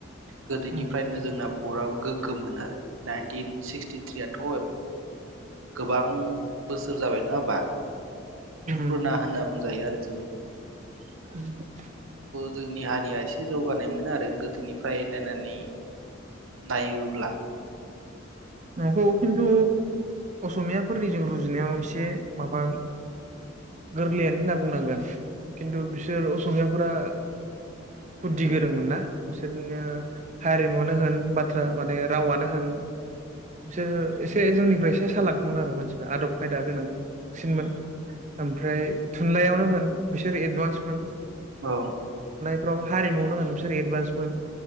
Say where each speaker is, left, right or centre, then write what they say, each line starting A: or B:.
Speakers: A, on the right; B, on the right.
A: गोदोनिफ्रायनो
B: उम
A: जोंना बुं बराबो गोग्गोमोन आरो नाइनटिन सिक्सटिथ्रियाथ' गोबां बोसोर जाबाय नङा होमबा
B: उम
A: पुरुना होनना बुंजायो आरो जोंनिखौ
B: <inaudible>
A: जोंनि हारिया एसे जौगानाय मोनो आरो गोदोनिफ्राय नायनानै नायो ब्ला
B: नंगौ खिनथु असमियाफोरनिजों रुजुनायाव एसे माबा गोरलैयानो होनना बुंनांगोन खिनथु बिसोर असमिया फोरा बुद्दि गोरोंमोन ना बिसोरनो हारिमुवानो होन बाथ्रा माने रावानो होन बिसोरो एसे जोंनिफ्राय एसे सालाकमोन आरो मानसिफ्रा आदब खायदा गोनांसिनमोन ओमफ्राय थुनलाइयावनो होन बिसोर एदभान्समोन
A: औ
B: फ्राव हारिमुनो होन बिसोर एदभान्समोन